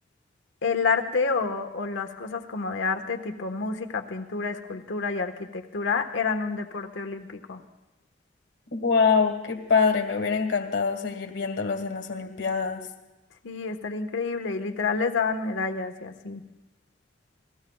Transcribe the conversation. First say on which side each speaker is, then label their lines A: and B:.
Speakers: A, on the left; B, on the left.
A: el arte o, o las cosas como de arte, tipo música, pintura, escultura y arquitectura, eran un deporte olímpico.
B: Wow, qué padre, me hubiera encantado seguir viéndolos en las Olimpiadas.
A: Sí, estaría increíble. Y literal les daban medallas y así.